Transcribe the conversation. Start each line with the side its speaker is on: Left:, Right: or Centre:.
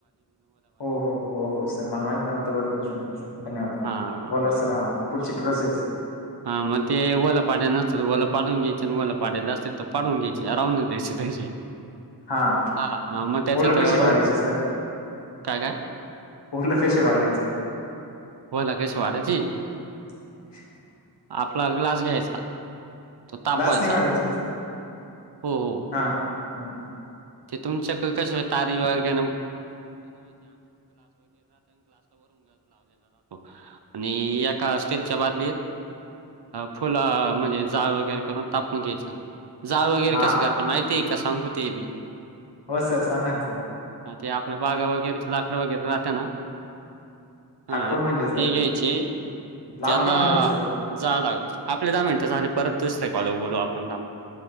Left: हो हो हो हो सर मला माहित नव्हतं बर झालं तुम्ही सांगितलं सर धन्यवाद.
Right: हां,
Left: बोला सर हा पुढची प्रोसेस.
Right: हा मग ते होला पाडले नसचल होलं पाडून घ्यायच नी होलं पाडेल असत तर पाडून घ्याय ची राऊून द्याची त्याची
Left: हा
Right: हा मग त्याच्या
Left: पोलं
Right: तयाराव
Left: कशी वाढायची
Right: काय काय?
Left: होलं कसे पाढायचे.
Right: होला कशी वाढायची.
Left: <unintelligible>
Right: आपला ग्लास घ्यायचा. तो तापवायचा.
Left: ग्लास ने काढायचा ए का सर
Right: हो, हो.
Left: हा हा ह.
Right: ते तुमच्याकड कस तारी वार काय <unintelligible> आणि एका स्टीलच्या बा लीत फुलं आ म्हणजे जाळ वगैरे करून तापून घ्यायच. जाळ वगैरे
Left: हा
Right: कसं करत माहिती ए का सांगू ते बी
Left: हो सर सांग ना सर.
Right: ह ते आपल्या बागा वगैरेच लाकड वगैरे राहते ना. हा
Left: आकूड म्हणजे सर
Right: ते घ्यायचे
Left: लाकूड
Right: त्याला
Left: म्हणजे सर
Right: जाळ ला आपले दहा मिनट झाले परत दुसरे कॉल बोलू आपण दम